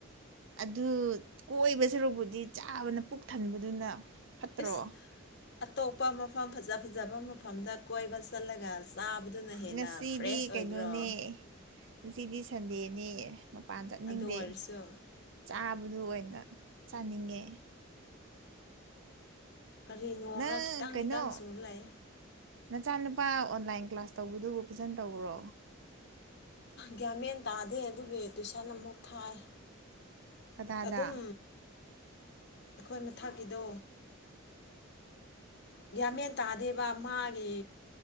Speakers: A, on the right (about 65°); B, on the left (about 55°).
A: ꯑꯗꯨ ꯀꯣꯏꯕ ꯁꯔꯨꯛꯄꯨꯗꯤ ꯆꯥꯕꯅ ꯄꯨꯛ ꯊꯟꯕꯗꯨꯅ ꯐꯠꯇ꯭ꯔꯣ
B: ꯏꯁ ꯑꯇꯣꯞꯄ ꯃꯐꯝ ꯐꯖ ꯐꯖꯕ ꯃꯐꯝꯗ ꯀꯣꯏꯕ ꯆꯠꯂꯒ ꯆꯥꯕꯗꯨꯅ ꯍꯦꯟꯅ
A: ꯉꯁꯤꯗꯤ
B: ꯐ꯭ꯔꯦꯁ
A: ꯀꯩꯅꯣꯅꯦ
B: ꯑꯣꯏꯗ꯭ꯔꯣ
A: ꯉꯁꯤꯗꯤ ꯁꯟꯗꯦꯅꯤ ꯃꯄꯥꯟ ꯆꯠꯅꯤꯡꯗꯦ
B: ꯑꯗꯨ ꯑꯣꯏꯔꯁꯨ
A: ꯆꯥꯕꯗꯨ ꯑꯣꯏꯇ ꯆꯥꯅꯤꯡꯉꯦ
B: ꯀꯔꯤ ꯅꯣꯡꯔ
A: ꯅꯪ
B: ꯈꯤꯇꯪ
A: ꯀꯩꯅꯣ
B: ꯈꯤꯇꯪ ꯆꯨ ꯂꯩ
A: ꯅꯆꯥꯅꯨꯄꯥ ꯑꯣꯟꯂꯥꯏꯟ ꯀ꯭ꯂꯥꯁ ꯇꯧꯕꯗꯨꯕꯨ ꯐꯖꯅ ꯇꯧꯕ꯭ꯔꯣ
B: ꯒ꯭ꯌꯥꯃꯦꯟ ꯇꯥꯗꯦ ꯑꯗꯨꯒꯤ ꯇꯨꯏꯁꯟ ꯑꯃꯨꯛ ꯊꯥꯏ
A: ꯀꯗꯥꯗ
B: ꯑꯗꯨꯝ ꯑꯩꯈꯣꯏ ꯃꯊꯛꯀꯤꯗꯣ ꯒ꯭ꯌꯥꯟ ꯃꯦꯟ ꯇꯥꯗꯦꯕ ꯃꯥꯒꯤ